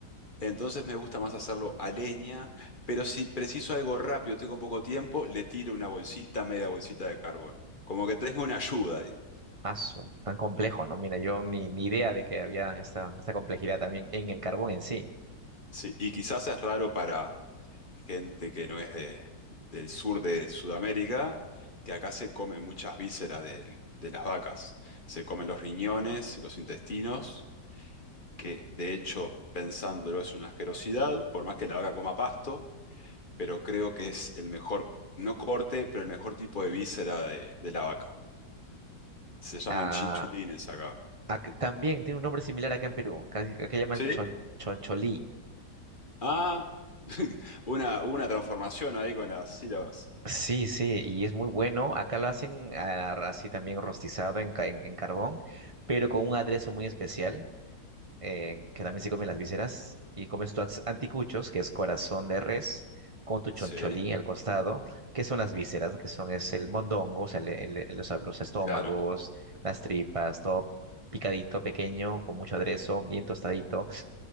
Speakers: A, on the left; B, on the right.
A: Entonces me gusta más hacerlo a leña, pero si preciso algo rápido, tengo poco tiempo, le tiro una bolsita, media bolsita de carbón. Como que tengo una ayuda ahí.
B: Aso, tan complejo, ¿no? Mira, yo ni, ni idea de que había esta, esta complejidad también en el carbón en sí.
A: Sí, y quizás es raro para gente que no es de, del sur de Sudamérica, que acá se comen muchas vísceras del- de las vacas. Se comen los riñones, los intestinos, que de hecho, pensándolo, es una asquerosidad, por más que la vaca coma pasto, pero creo que es el mejor, no corte, pero el mejor tipo de víscera de, de la vaca. Se llaman
B: Ah,
A: chinchulines acá.
B: Ac- también tiene un nombre similar acá en Perú. Acá, acá llaman
A: ¿Sí?
B: chon- choncholí.
A: Ah, <laughs> una, una transformación ahí con las sílabas.
B: Sí, sí, y es muy bueno. Acá lo hacen ah, así también rostizado en, ca- en, en carbón, pero con un aderezo muy especial, eh, que también se comen las vísceras, y comes tus anticuchos, que es corazón de res, con tu choncholí
A: Sí,
B: al costado, que son las vísceras, ¿no? que son es el mondongo, o sea, el- el- el- los, los estómagos,
A: claro,
B: las tripas, todo picadito, pequeño, con mucho aderezo, bien tostadito.